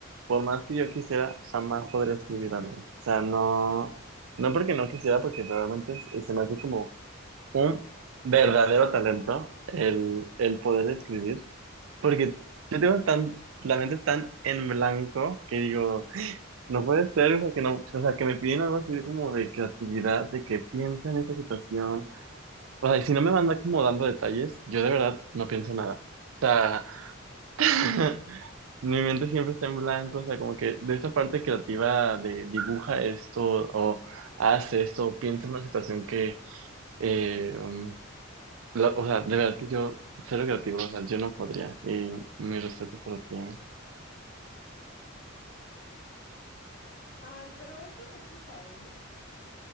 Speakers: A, on the right; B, on the left.
A: por más que yo quisiera, jamás podría escribir algo. O sea, no, no porque no quisiera, porque realmente es- se me hace como un verdadero talento el, el poder escribir, porque yo tengo tan, la mente tan en blanco que digo, no puede ser, o sea, que no, o sea, que me piden algo así de como de creatividad, de que piensa en esta situación. O sea, y si no me van acomodando detalles, yo de verdad no pienso nada. O sea, <laughs> Mi mente siempre está en blanco, o sea, como que de esa parte creativa de dibuja esto o hace esto, o piensa en una situación que, eh, um, la- o sea, de verdad que yo, cero creativo, o sea, yo no podría. Y mi respeto para ti. ¿eh?
B: Ay, pero eso se quita, ¿eh?